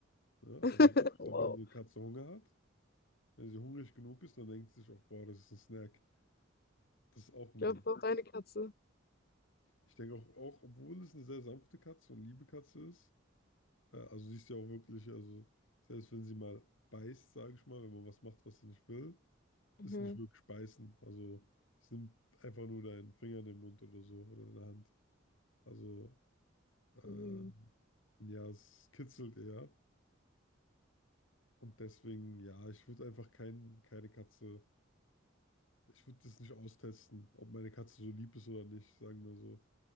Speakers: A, on the left; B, on the left.
A: Ne?
B: <laughs>
A: Also, ich
B: Wow.
A: glaube, wenn die Katze Hunger hat, wenn sie hungrig genug ist, dann denkt sie sich auch, boah, das ist ein Snack. Das ist auch
B: Ich
A: ein
B: glaube,
A: Ding.
B: auch deine Katze.
A: Ich denke auch, auch, obwohl es eine sehr sanfte Katze und liebe Katze ist, Äh, Also sie ist ja auch wirklich, also selbst wenn sie mal beißt, sage ich mal, wenn man was macht, was sie nicht will,
B: Mhm.
A: ist nicht wirklich beißen. Also es nimmt einfach nur deinen Finger in den Mund oder so oder in der Hand. Also äh,
B: Hm,
A: ja, es kitzelt eher. Und deswegen, ja, ich würde einfach kein, keine Katze, ich würde das nicht austesten, ob meine Katze so lieb ist oder nicht, sagen wir so.